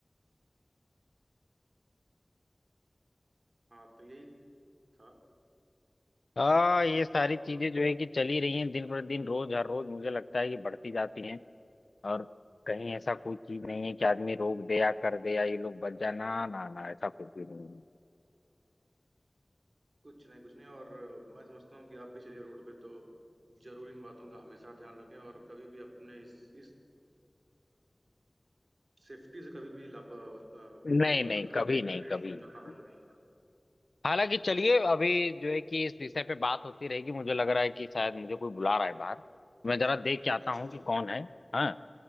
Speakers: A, on the right; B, on the left.
A: हाँ तो यही था
B: हाँ ये सारी
A: और
B: चीजें जो है कि चली रही हैं दिन पर दिन रोज हर रोज मुझे लगता है कि बढ़ती जाती हैं और कहीं ऐसा कोई चीज नहीं है कि आदमी रोक दे या कर दे या ये लोग बच जाए ना ना ना ऐसा कुछ भी नहीं
A: कुछ नहीं कुछ नहीं और अ, मैं समझता हूँ कि आप भी चलिए रोड पे तो जरूर इन बातों का हमेशा ध्यान रखें और कभी भी अपने इस इस सेफ्टी से कभी भी लापा ला, वो
B: है। नहीं
A: सब वो
B: नहीं
A: ना करें
B: कभी नहीं कभी
A: समझौता
B: नहीं
A: ना करें
B: हालांकि चलिए अभी जो है कि इस विषय पे बात होती रहेगी मुझे लग रहा है कि शायद मुझे कोई बुला रहा है बाहर मैं जरा देख के आता
A: अच्छा
B: हूँ
A: अच्छा
B: कि कौन
A: ठीक
B: है हाँ